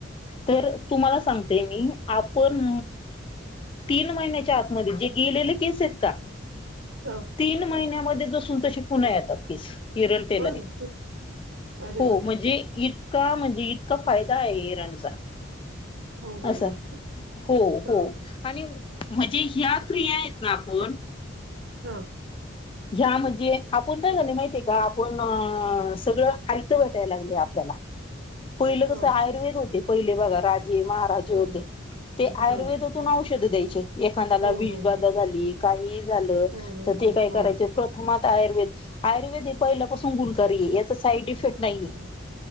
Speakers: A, on the left; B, on the right.
A: तर तुम्हाला सांगतेय मी आपण तीन महिन्याच्या आतमध्ये जे गेलेले केस आहेत का
B: हा
A: तीन महिन्यामध्ये तसे पुन्हा येतात की केरळ तेलाने
B: बरं अरे
A: हो
B: वा
A: म्हणजे इतका म्हणजे इ का फायदा आहे इरणचा
B: हो बरोबर
A: असा हो हो
B: ह
A: आणि म्हणजे ह्यात्रि आहेत ना आपण
B: हा
A: ह्या म्हणजे आपण काय झाले माहितीय का आपण सगळं आयत भेटायला लागले आपल्याला पहिलं
B: ह
A: कसं आयुर्वेद होते पहिले बघा राजे महाराजे
B: ह
A: होते ते
B: हो
A: आयुर्वेदातून
B: हो
A: आवष द्याय एखा्या
B: हो
A: विष
B: हो हो
A: बाधा झाली काही झा
B: हो हो
A: तर ते काय
B: हो
A: कराय प्रथम आयर् आयुर्वेद हे पहिपासून गुणकार या साईड इफेक्ट नाही
B: हो